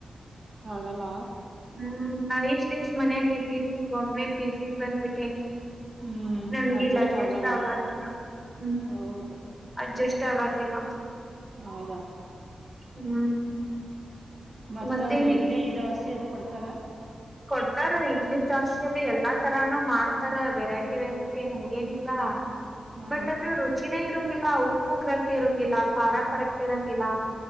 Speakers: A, on the right; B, in the centre.
A: ಗಲ್ಲ
B: ಹ್ಮ್ ನಾ ಎಷ್ಟ್ ದಿವ್ಸ ಮನ್ಯಾಗ ಇದ್ದಿರ್ತಿಗೊಮ್ಮೆ ಪಿಜಿ ಬಂದ್ಬಿಟ್ಟೇನಿ
A: ಹ್ಮ್
B: ನನ್ಗೆ ಇಲ್ಲಿ ಅಡ್ಜಸ್ಟ್
A: ಆಗಲ್ಲ
B: ಆಗತಿಲ್ಲ ಹ್ಮ್
A: ಹೌದು
B: ಅಡ್ಜಸ್ಟ್ ಇಷ್ಟ ಆಗತಿಲ್ಲ
A: ಹೌದಾ
B: ಹ್ಮ್
A: ಮತ್ತ
B: ಮತ್ತೆ ನೀನ್
A: ಇಡ್ಲಿ ದವಸಿ ಅದು ಕೊಡ್ತಾರ
B: ಕೊಡ್ತಾರ ಇಡ್ಲಿ ಜಾಸ್ತಿ ಅದು ಎಲ್ಲಾ ತರಾನು ಮಾಡ್ತಾರ ವೆರೈಟಿ ವೆರೈಟಿ ಹಂಗೇನಿಲ್ಲ
A: ಹಾ
B: ಬಟ್ ಅದು ರುಚಿನೇ ಇರಂಗಿಲ್ಲ ಉಪ್ಪು ಕರೆಕ್ಟ್ ಇರಂಗಿಲ್ಲ ಖಾರ ಕರೆಕ್ಟ್ ಇರಂಗಿಲ್ಲ